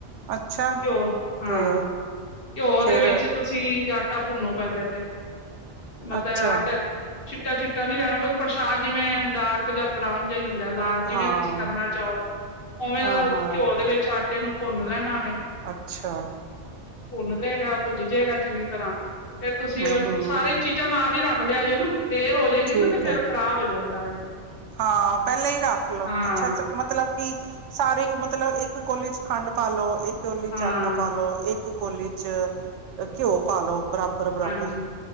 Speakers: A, on the right (about 80°); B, on the left (about 50°).
A: ਅੱਛਾ
B: ਘਿਓ ਹਾਂ
A: ਤੇ
B: ਘਿਓ
A: ਫਿਰ
B: ਦੇ ਵਿੱਚ ਤੁਸੀਂ ਤਾਂ ਭੁਨੌ ਪੇਲੇ ਤੇ ਮਤਲਬ
A: ਅੱਛਾ
B: ਆਟਾ ਚਿੱਟਾ-ਚਿੱਟਾ ਨੀ ਰੈਨਾ ਬ ਪ੍ਰਸ਼ਾਦ ਜਿਵੇਂ ਡਾਰਕ ਜਾਂ ਬਰਾਊਨ ਜਿ ਹੀ ਹੁੰ, ਲਾਲ ਜਿਵੇਂ
A: ਹਾਂ
B: ਤੁਸੀਂ ਕਰਨਾ ਚਾਓ। ਉਵੇਂ
A: ਹਾਂ
B: ਦਾ
A: ਹਾਂ
B: ਘਿਓ ਦੇ ਵਿੱਚ ਆ ਐਨੂੰ ਭੁੰਨ ਲੈਣਾਵੇ
A: ਅੱਛਾ
B: ਭੁੰਨ ਲੇਗਾ ਭੁਜ ਜੇਗਾ ਚੰਗੀ ਤਰ੍ਹਾਂ ਤੇ ਤੁਸੀਂ,
A: ਹਮ ਹਮ
B: ਸਾਰੀ ਚੀਜ਼ਾਂ ਨਾਲ ਹੀ ਰੱਖ <unintelligible> ਦੇਰ ਹੋ ਜਾਏਗੀ
A: ਠੀਕ
B: ਨਾ, ਤੇ ਫੇਰ
A: ਹੈ
B: ਖ਼ਰਾਬ ਹੋ ਜਾਂਦਾ ਵ।
A: ਹਾਂ ਪਹਿਲ ਹੀ ਰੱਖ ਲਓ।
B: ਹਾਂ
A: ਅੱਛਾ, ਮਤਲਬ ਕਿ ਸਾਰੇ ਮਤਲਬ ਇੱਕ ਕੋਲੀ ਚ ਖੰਡ ਪਾ ਲੋ, ਇੱਕ ਕੋਲੀ ਚ
B: ਹਾਂ
A: ਆਟਾ ਪਾਲੋ, ਇੱਕ ਕੋਲੀ ਚ ਘਿਓ ਪਾਲੋ ਬਰਾਬਰ ਬਰਾਬਰ,
B: ਹਾਂਜੀ